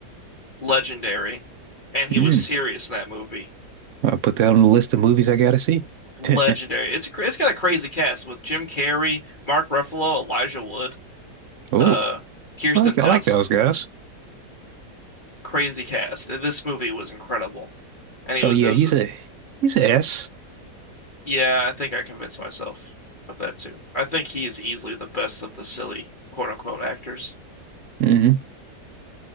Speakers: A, on the left; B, on the right.
A: legendary, and he
B: Mm,
A: was serious in that movie.
B: I'll put that on the list of movies I gotta see.
A: Legendary.
B: <laughs>
A: It's cra- it's got a crazy cast with Jim Carrey, Mark Ruffalo, Elijah Wood,
B: Oh,
A: uh, Kirsten
B: I like
A: Dunst.
B: I like those guys.
A: Crazy cast. This movie was incredible, and
B: So
A: he was
B: yeah,
A: it was
B: he's a he's a S.
A: yeah. I think I convinced myself of that too. I think he is easily the best of the silly quote unquote actors.
B: Mm-hmm.